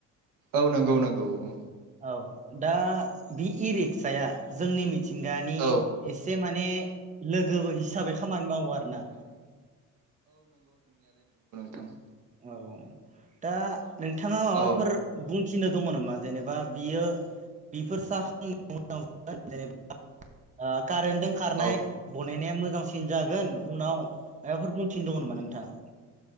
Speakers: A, on the right; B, on the right.
A: औ नंगौ नंगौ औ
B: औ दा बे इ रिक्साया जोंनि मि थिंगानि
A: औ
B: एसे माने लोगो हिसाबै खामानि मावो आरो ना
A: दां।
B: औ दा नोंथाङा माबाफोर
A: औ
B: बुंथिनो दङ नामा? जेनेबा बियो बेफोर सा जेनेबा ओ कारेन्टजों खारनाय
A: औ
B: बनायनाया मोजांसिन जागोन उनाव माबाफोर बुंथिनो दङ नामा नोंथाङा?